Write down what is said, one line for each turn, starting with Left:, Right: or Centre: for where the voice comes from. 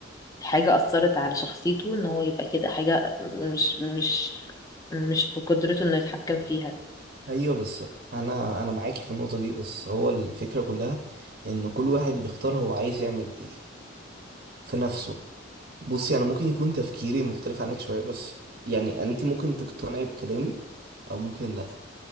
Left: حاجة أثرت على شخصيته ان هو يبقى كده حاجة مش مش مش في قدرته انه يتحكم فيها
Right: ايوه بس انا انا معاكي في النقطة دي بس هو الفكرة كلها ان كل واحد بيختار هو عايز يعمل ايه في نفسه بصي انا ممكن يكون تفكيري مختلف عنك شويه بس يعني انت ممكن تقتنعي بكلامي او ممكن لا